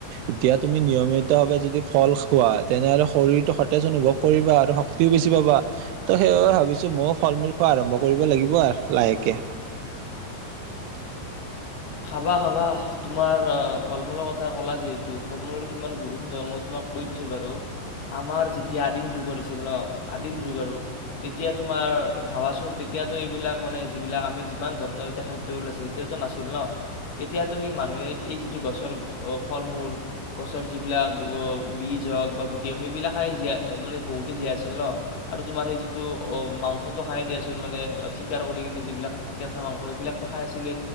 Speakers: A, on the right; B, on the left.
A: এতিয়া তুমি নিয়ম নিয়মিতভাৱে যদি ফল খোৱা তেনেহ'লে শৰীৰটো সতেজ অনুভৱ কৰিবা, আৰু শক্তিও বেছি পাবা। ত' সেইবাবে ভাবিছো ময়ো ফল-মূল খোৱা আৰম্ভ কৰিব লাগিব আৰু লাহেকে। কে
B: <inaudible> খাবা খাবা, তোমাৰ অ' ফল-মূলৰ কথা ক'লা যিহেতু ফল-মূলৰ কিমান গুৰুত্ব মই তোমাক কৈ দিছো বাৰু। আমাৰ যেতিয়া আদিম যুগৰ আছিল ন আদিম যুগ আৰু তেতিয়া তোমাৰ ভাবাচোন এতিয়াতো এইবিলাক মানে যিবিলাক আমি যিমান ধৰণৰ এতিয়া খাদ্য ওলাইছিল তেতিয়াতো নাছিল ন। তেতিয়াতো সেই মানুহে এই যিটো গছৰ ফল-মূল গছৰ যিবিলাক হওঁক বীজ হওঁক বা গুটিই হওঁক সেইবিলাকে জীয়াই মানে বহুতেই জীয়াই আছিল ন। আৰু তোমাৰ সেই যিটো অ' মটো খ মানে চাৰ কৰিনে যিলাক কেঁচা মাংস সেইবিলাকটো খ আছিলে